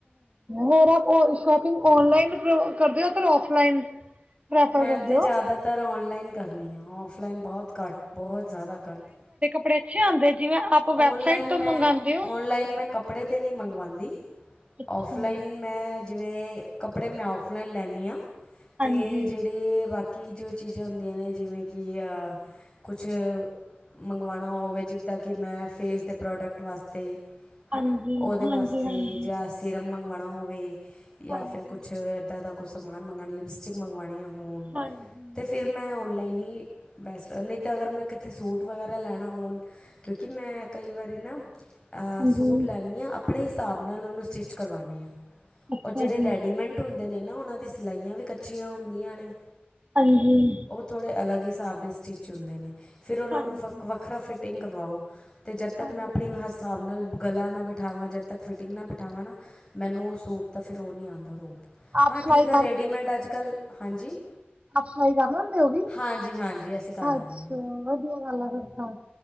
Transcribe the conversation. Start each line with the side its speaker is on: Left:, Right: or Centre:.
Right: ਹੋਰ ਆਪ ਸ਼ੋਪਿੰਗ ਔਨਲਾਈਨ ਕਰਦੇ ਹੋ ਪਰ ਔਫਲਾਈਨ।
Left: ਮੈਂ
Right: ਕਰਦੇ
Left: ਤੇ
Right: ਹੋ?
Left: ਜ਼ਿਆਦਾਤਰ ਔਨਲਾਈਨ ਕਰਨੀ ਆ ਔਫਲਾਈਨ ਬਹੁਤ ਘੱਟ ਬਹੁਤ ਜ਼ਿਆਦਾ ਘੱਟ।
Right: ਕਪੜੇ ਅਛੇ ਆਉਂਦੇ। ਜਿਵੇਂ ਆਪ
Left: ਔਨਲਾਈਨ
Right: ਵੈਬਸਾਈਟ ਤੋਂ
Left: ਮੈਂ
Right: ਮੰਗਵਾਉਂਦੇ ਹੋ?
Left: ਔਨਲਾਈਨ ਮੈਂ ਕੱਪੜੇ ' ਤੇ ਨਹੀਂ ਮੰਗਵਾਉਂਦੀ।
Right: ਅੱਛਾ
Left: ਔਫਲਾਈਨ ਮੈਂ ਜਿਵੇਂ ਕੱਪੜੇ ਮੈਂ ਔਫਲਾਈਨ ਲੈਂਦੀ ਹਾਂ। ਅਤੇ
Right: ਹਾਂਜੀ
Left: ਜਿਹੜੇ ਬਾਕੀ ਕਿ ਜੋ ਚੀਜ਼ਾਂ ਹੁੰਦੀਆਂ ਨੇ ਜਿਵੇਂ ਕਿ ਕੁਛ ਮੰਗਵਾਉਣਾ ਹੋਵੇ ਜਿੱਦਾਂ ਕਿ ਮੈਂ ਫੇਸ ਦੇ ਪ੍ਰੋਡਕਟ ਵਾਸਤੇ
Right: ਹਾਂਜੀ
Left: ਹੈ ਨਾ। ਉਹਦੇ
Right: ਹਾਂਜੀ
Left: ਵਾਸਤੇ
Right: ਹਾਂਜੀ
Left: ਜਾਂ ਸੀਿਰਮ ਮੰਗਵਾਉਣਾ ਹੋਵੇ। ਜਾਂ
Right: ਹਾਂਜੀ
Left: ਫਿਰ ਕੁਛ ਇੱਦਾਂ ਦਾ ਕੁਛ ਸਮਾਨ ਮੰਗਵਾਉਣਾ ਲਿਪਸਟਿਕ ਮੰਗਵਾਉਣੀ ਆ। ਹ
Right: ਹਾਂਜੀ
Left: ਤੇ ਫਿਰ ਮੈਂ ਔਨਲਾਈਨ ਹੀ ਬੈਸਟ ਨਹੀਂ ਤਾਂ ਅਗਰ ਮੈਂ ਕਿਥੇ ਸੂਟ ਵਗੈਰਾ ਲੈਣਾ ਹੋਣ ਕਿਉਂਕਿ ਮੈਂ ਕਈ ਵਾਰੀ ਨਾ
Right: ਹਾਂਜੀ
Left: ਸੂਟ ਲੈਂਦੀ ਹਾਂ ਆਪਣੇ ਹਿਸਾਬ ਨਾਲ ਉਹਨੂੰ ਸਟਿੱਚ ਕਰਵਾਨੇ ਹਾਂ।
Right: ਅੱਛਾ
Left: ਜਿਹੜੇ
Right: ਜੀ
Left: ਰੈਡੀਮੈਂਟ ਹੁੰਦੇ ਨੇ ਨਾ ਉਹਨਾਂ ਦੀ ਸਿਲਾਈਆਂ ਵੀ ਕੱਚੀਆਂ ਹੁੰਦੀਆਂ ਨੇ।
Right: ਹਾਂਜੀ
Left: ਉਹ ਥੋੜੇ ਅਲੱਗ ਹਿਸਾਬ ਦੇ ਸਟਿਚ ਹੁੰਦੇ ਨੇ। ਫਿਰ ਉਹਨਾਂ
Right: ਹਾਂਜੀ
Left: ਨੂੰ ਵੱਖਰਾ ਫਿਟ ਟਿੰਗ ਕਰਵਾਓ। ਅਤੇ ਜਦ ਤੱਕ
Right: ਹਾਂਜੀ
Left: ਮੈਂ ਆਪਣੇ ਹਿਸਾਬ ਨਾਲ ਗਲਾ ਨਾ ਬਿਠਾਵਾਂ ਜਦ ਤੱਕ ਫਿਟਿੰਗ ਨਾ ਬਿਠਾਵਾਂ ਨਾ ਮੈਨੂੰ ਉਹ ਸੂਟ ਤਾਂ ਫਿਰ ਉਹ ਨਹੀਂ ਆਉਂਦਾ।
Right: ਆਪ
Left: ਹਾਂ
Right: ਸਿਲਾਈ
Left: ਠੀਕ ਆ। ਰੈਡੀਮੇਡ ਅੱਜ ਕੱਲ ਹਾਂਜੀ
Right: ਅਪ ਸਾਈ ਕਰ ਲੈਂਦੇ ਉਹ ਵੀ
Left: ਹਾਂਜੀ, ਹਾਂਜੀ ਅਸੀਂ ਕਰ ਲੈਂਦੇ
Right: ਅੱਛਾ ਵਧੀਆ ਗੱਲ ਆ ਫਿਰ ਤਾ।